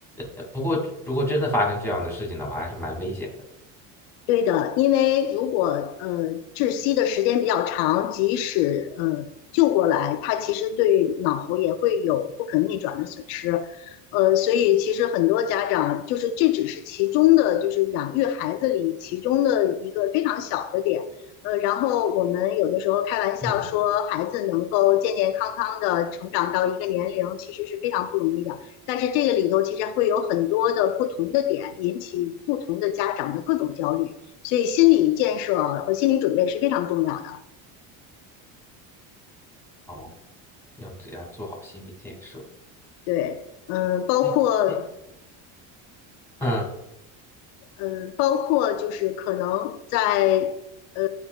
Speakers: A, in the centre; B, on the left.
A: 呃不过如果真的发生这样的事情的话，还是蛮危险的。
B: 对的，因为如果呃窒息的时间比较长，即使呃救过来，他其实对脑也会有不可逆转的损失。呃，所以其实很多家长就是这只是其中的，就是养育孩子里其中的一个非常小的点。呃，然后我们有的时候开玩笑说，
A: 嗯，
B: 孩子能够健健康康的成长到一个年龄，其实是非常不容易的。但是这个里头其实会有很多的不同的点，引起不同的家长的各种焦虑。所以心理建设和心理准备是非常重要的。
A: 哦，要对他做好心理建设。
B: 对，嗯，包括
A: 哎哎，嗯
B: 嗯，呃包括就是可能在呃